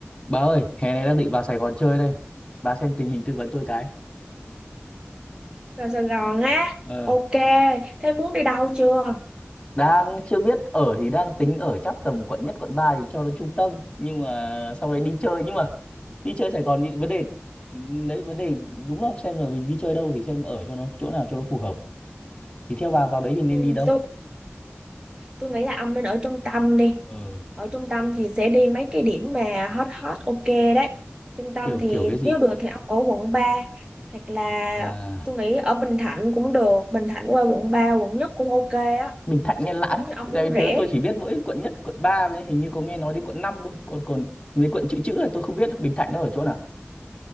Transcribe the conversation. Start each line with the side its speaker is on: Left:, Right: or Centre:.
Left: Bà ơi, hè này đang định vào Sài Gòn chơi đây. Bà xem tình hình tư vấn tôi cái.
Right: vào Sài Gòn á
Left: Ờ.
Right: ok thế muốn đi đâu chưa
Left: Đang chưa biết ở thì đang tính ở chắc tầm quận nhất quận 3 thì cho nó trung tâm, nhưng mà sau đấy đi chơi nhưng mà đi chơi Sài Gòn thì vấn đề đấy vấn đề đúng không xem là mình đi chơi đâu thì xem ở cho nó chỗ nào cho nó phù hợp. Thì theo bà vào đấy thì nên
Right: ừ,
Left: đi đâu?
Right: tôi tôi nghĩ là ông nên ở trung tâm đi
Left: Ờ,
Right: ở trung tâm thì sẽ đi mấy cái điểm mà hot hot ok đấy trung tâm
Left: kiểu
Right: thì
Left: kiểu cái gì?
Right: nếu được thì ông ở quận 3, hoặc là
Left: Bà
Right: tôi nghĩ ở Bình Thạnh cũng được Bình Thạnh qua quận 3, quận nhất cũng ok á
Left: Bình Thạnh hay Lãn?
Right: nếu như ông muốn
Left: Tại vì
Right: rẻ
Left: thứ tôi chỉ biết mỗi quận nhất, quận 3 với hình như có nghe nói đến quận 5 thôi, còn còn mấy quận chữ chữ là tôi không biết Bình Thạnh nó ở chỗ nào.